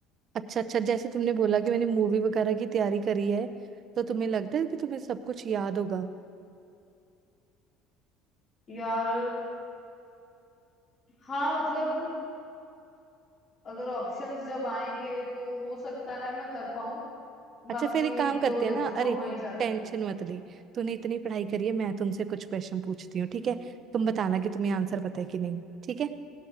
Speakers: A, on the right; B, on the left.
A: अच्छा अच्छा जैसे तुमने बोला कि मैंने मूवी वगैरह की तैयारी करी है तो तुम्हें लगता है कि तुम्हें सब कुछ याद होगा
B: यार हाँ मतलब अगर ऑप्शंस जब आएंगे तो हो सकता है मैं कर पाऊं
A: अच्छा
B: बाकी
A: फिर एक काम करते
B: तो देखो
A: हैं ना अरे
B: <laughs> वहीं जाके
A: टेंशन
B: पता चलेगा
A: मत ले तूने इतनी पढ़ाई करी है मैं तुमसे कुछ क्वेश्चन पूछती हूँ ठीक है तुम बताना कि तुम्हें आंसर पता है कि नहीं ठीक है